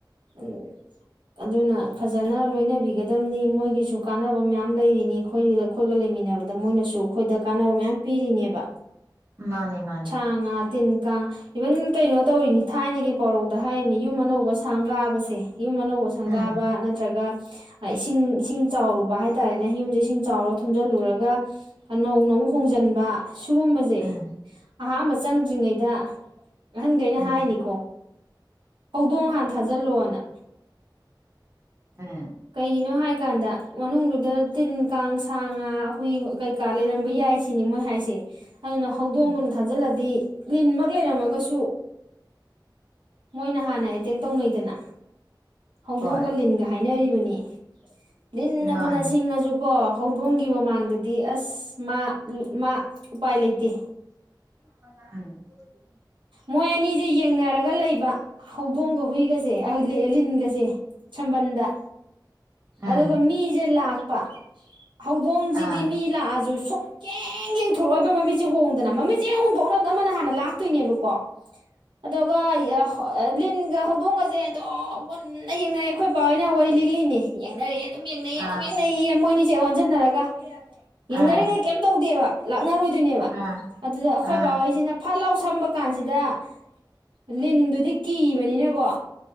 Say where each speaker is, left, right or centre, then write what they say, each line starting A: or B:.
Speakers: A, on the right; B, on the right.
A: ꯎꯝ ꯑꯗꯨꯅ ꯐꯖꯅ ꯂꯣꯏꯅꯕꯤꯒꯗꯝꯅꯤ ꯃꯣꯏꯒꯤꯁꯨ ꯀꯥꯟꯅꯕ ꯃꯌꯥꯝ ꯂꯩꯔꯤꯅꯤ ꯑꯩꯈꯣꯏ ꯑꯩꯈꯣꯏꯒ ꯂꯩꯃꯤꯟꯅꯕꯗ ꯃꯣꯏꯅꯁꯨ ꯑꯩꯈꯣꯏꯗ ꯀꯥꯟꯅꯕ ꯃꯌꯥꯝ ꯄꯤꯔꯤꯅꯦꯕ
B: ꯃꯥꯅꯦ ꯃꯥꯅꯦ
A: ꯆꯥꯡ ꯉꯥ ꯇꯤꯟ ꯀꯥꯡ ꯏꯚꯟ ꯀꯩꯅꯣ ꯇꯧꯔꯤꯅꯤ ꯊꯥꯏꯅꯒꯤ ꯄꯧꯔꯧꯗ ꯍꯥꯏꯃꯤ ꯌꯨꯝ ꯑꯅꯧꯕ ꯁꯥꯡꯒꯥꯕꯁꯦ ꯌꯨꯝ ꯑꯅꯧꯕ ꯁꯪꯒꯥꯕ
B: ꯎꯝ
A: ꯅꯠꯇ꯭ꯔꯒ ꯒꯥ ꯏꯁꯤꯡ ꯏꯁꯤꯡ ꯆꯥꯎꯔꯨꯕ ꯍꯥꯏ ꯍꯥꯏꯇꯥꯔꯦꯅꯦ ꯌꯨꯝꯁꯦ ꯏꯁꯤꯡ ꯆꯥꯎꯔ ꯊꯨꯝꯖꯤꯜꯂꯨꯔꯒ ꯅꯧꯅ‌ꯑꯃꯨꯛ ꯍꯣꯡꯖꯤꯟꯕ ꯁꯨꯒꯨꯝꯕꯖ‌ꯦ
B: ꯎꯝ
A: ꯑꯍꯥꯟꯕ ꯆꯪꯗ꯭ꯔꯤꯉꯩꯗ ꯑꯍꯟꯈꯩꯅ
B: ꯎꯝ
A: ꯍꯥꯏꯅꯤꯀꯣ ꯍꯧꯗꯣꯡ ꯍꯥꯟ ꯊꯥꯖꯤꯜꯂꯣꯅ
B: ꯎꯝ
A: ꯀꯩꯒꯤꯅꯣ ꯍꯥꯏꯀꯥꯟꯗ ꯃꯅꯨꯡꯗꯨꯗ ꯇꯤꯟ ꯀꯥꯡ ꯁꯥ ꯉꯥ ꯍꯨꯏ ꯀꯩꯀꯥ ꯂꯩꯔꯝꯕ ꯌꯥꯏ ꯁꯤꯅꯤ ꯃꯣꯏ ꯍꯥꯏꯁꯦ ꯑꯗꯨꯅ ꯍꯧꯗꯣꯡꯗꯨꯝ
B: ꯎꯝ
A: ꯊꯥꯖꯤꯜꯂꯗꯤ ꯂꯤꯟꯃꯛ ꯂꯩꯔꯝꯃꯒꯁꯨ ꯃꯣꯏꯅ ꯍꯥꯟꯅ ꯑꯦꯇꯦꯛ ꯇꯧꯅꯩꯗꯅ ꯍꯧꯗꯣꯡꯒ
B: ꯍꯣꯏ
A: ꯂꯤꯟꯒ ꯍꯥꯏꯅꯔꯤꯕꯅꯤ ꯅꯤ ꯂꯤꯟꯅ
B: ꯃꯥꯅꯦ
A: ꯐꯅ ꯁꯤꯡꯉꯁꯨ ꯀꯣ ꯍꯧꯗꯣꯡꯒꯤ ꯃꯃꯥꯡꯗꯗꯤ ꯑꯁ ꯃꯥ ꯃꯥ ꯎꯄꯥꯥꯏ ꯂꯩ ꯇꯦ
B: <unintelligible> <inaudible>
A: ꯃꯣꯏ ꯑꯅꯤꯁꯦ ꯌꯦꯡꯅꯔꯒ ꯂꯩꯕ ꯍꯧꯗꯣꯡꯒ ꯍꯨꯏꯒꯁꯦ ꯑꯩ ꯂꯤꯟꯒꯁꯦ ꯁꯝꯕꯟꯗ ꯑꯗꯨꯒ
B: ꯎꯝ
A: ꯃꯤꯁꯦ ꯂꯥꯛ ꯄ ꯍꯧꯗꯣꯡꯁꯤꯗꯤ
B: ꯑꯥ
A: ꯃꯤ ꯂꯥꯛꯑꯁꯨ ꯁꯨꯡꯌ‌ꯦꯡ ꯌꯦꯡꯊꯣꯔꯛꯑꯣꯏꯕ ꯃꯃꯤꯠꯁꯦ ꯍꯣꯡꯗꯅ ꯃꯃꯤꯠꯁꯦ ꯍꯣꯡꯗꯣꯛꯅꯕꯗ ꯑꯃꯅ ꯍꯥꯟꯅ ꯂꯥꯛꯇꯣꯏꯅꯦꯕ ꯀꯣ ꯑꯗꯨꯒ ꯂꯤꯟ ꯍꯧꯗꯣꯡꯒꯁꯦ ꯑꯝ ꯃꯨꯟꯅ ꯌꯦꯡꯅꯔꯦ ꯑꯩꯈꯣꯏ ꯄꯥ ꯍ‌ꯣꯏꯅ ꯋꯥꯔꯤ ꯂꯤꯔꯤꯛꯏꯅꯦ ꯌꯦꯡꯅꯔꯦ ꯑꯗꯨꯝ ꯌꯦꯡꯅꯩꯌꯦ
B: ꯑꯥ
A: ꯑꯗꯨꯝ ꯌꯦꯡꯅꯩꯌꯦ ꯃꯣꯏꯅꯤ ꯏꯆꯦ ꯑꯣꯟꯁꯤꯟꯅꯔꯒ ꯌ‌ꯦꯡꯅꯔꯤꯉꯩ
B: ꯑꯥ
A: ꯀꯩꯝ ꯇꯧꯗꯦꯕ ꯂꯥꯛꯅꯔꯣꯏ ꯑꯗꯨꯅꯦꯕ
B: ꯑꯥ
A: ꯑꯗꯨꯗ ꯑꯩꯈꯣꯏ
B: ꯑꯥ
A: ꯕꯥꯍꯩꯁꯤꯅ ꯐꯜꯂꯥꯎ ꯁꯝꯕ ꯀꯥꯟꯁꯤꯗ ꯂꯤꯟꯗꯨꯗꯤ ꯀꯤꯕꯅꯤꯅꯀꯣ